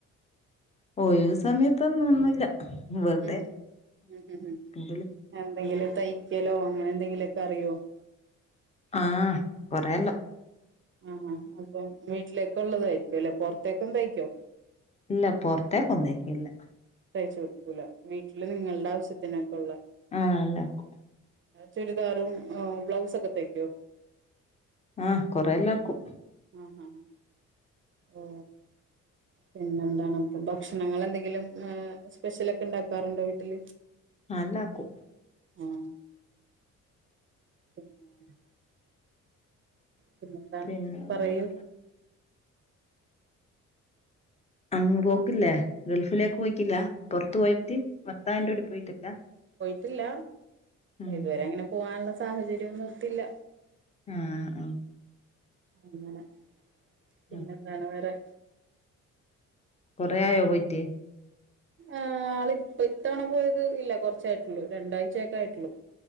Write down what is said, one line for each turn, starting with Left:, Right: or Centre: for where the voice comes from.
Left: ഒഴിവ് സമയത്തൊന്നും ഒന്നുല്ല വെറുതെ
Right: ഉം ഉം ഉം
Left: എങ്കില്
Right: എന്തെങ്കിലും തയ്ക്കലോ അങ്ങനെ എന്തെങ്കിലുമൊക്കെ അറിയോ
Left: ആഹ് കൊറേ എല്ലാം
Right: ആഹാ അപ്പം വീട്ടിലേക്ക്‌ ഉള്ളതായിരിക്കും അല്ലേ പൊറത്തേക്കും തയ്ക്കോ
Left: ഇല്ല പൊറത്തേക്കൊന്നും തയ്ക്കലില്ല
Right: തയ്ച്ച് കൊടുക്കൂല വീട്ടില് നിങ്ങളുടെ ആവശ്യത്തിനൊക്കെ ഉള്ളെ
Left: ആഹ് എല്ലാക്കും
Right: ചുരിദാറും ബ്ലൗസും ഒക്കെ തയ്ക്കോ
Left: ആഹ് കൊറെ എല്ലാം ആക്കും
Right: ആ ആ ഓ പിന്നെന്താണ് ഭക്ഷണങ്ങൾ എന്തെങ്കിലും ആ സ്പെഷ്യലൊക്കെ ഉണ്ടാക്കാറുണ്ടോ വീട്ടില്
Left: ആഹ് എല്ലാക്കും
Right: ആ പിന്നെ പിന്നെന്താണ്
Left: പിന്നെ
Right: പറയൂ
Left: വേറെ അങ്ങ് പോക്കില്ലേ ഗൾഫിലേക്ക് പോയിക്കില്ല പുറത്തു പോയത്തി ഭർത്താവിന്റെ കൂടെ പോയിട്ടില്ല
Right: പോയ്‌ട്ടില്ല
Left: ഉം
Right: ഇതുവരെ അങ്ങനെ പോകാനുള്ള സാഹചര്യമൊന്നും ഒത്തില്ല
Left: ആ ഓ
Right: അങ്ങനെ പിന്നെന്താണ്
Left: ഉം
Right: വേറെ
Left: കൊറേ ആയോ പോയിറ്റ്
Right: ആഹ് ആളിപ്പഇത്തവണ പോയത് ഇല്ല കൊറച്ചായിട്ടുള്ളു രണ്ടാഴ്ചയൊക്കെ ആയിട്ടുള്ളു